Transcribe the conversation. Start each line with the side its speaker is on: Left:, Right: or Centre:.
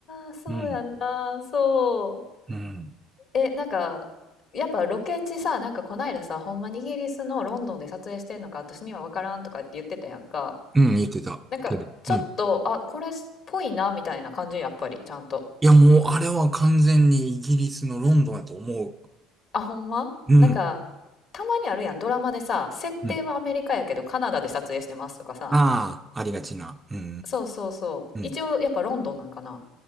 Left: あ、そうやんな。
Right: うん、
Left: そう。
Right: うん、
Left: え、なんか、やっぱロケ地さ、なんかこないださ、ほんまにイギリスのロンドンで撮影してんのか、私には分からんとかって言ってたやんか。
Right: うん、言ってたけど、
Left: なんか、ちょっと、
Right: うん。
Left: あ、これっぽいな、みたいな感じ、やっぱり、ちゃんと。
Right: いや、もうあれは完全にイギリスのロンドンやと思
Left: あ、ほんまなんか、
Right: う。うん、
Left: たまにあるやん、ドラマでさ、設定はアメリカやけど、
Right: うん。
Left: カナダで撮影してますとかさ。
Right: ああ、ありがちな。うん、う
Left: そうそうそう。一応、
Right: ん、うん。
Left: やっぱロンドンなんかな。